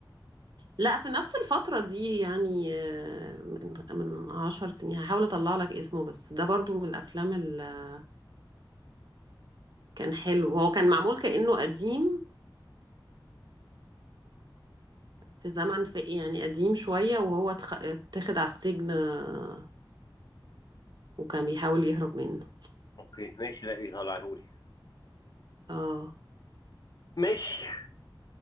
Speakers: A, on the right; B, on the left.
A: لا في نفس الفتره دي يعني آه، من من 10 سنين هحاول اطلع لك اسمه بس ده برضو من الافلام اللي كان حلو هو كان معمول كانه قديم في زمن في يعني قديم شوية وهو اتخ- اتاخد على السجن آه، وكان بيحاول يهرب منه
B: اوكي ماشي لا بيطلعهولي
A: اه
B: ماشي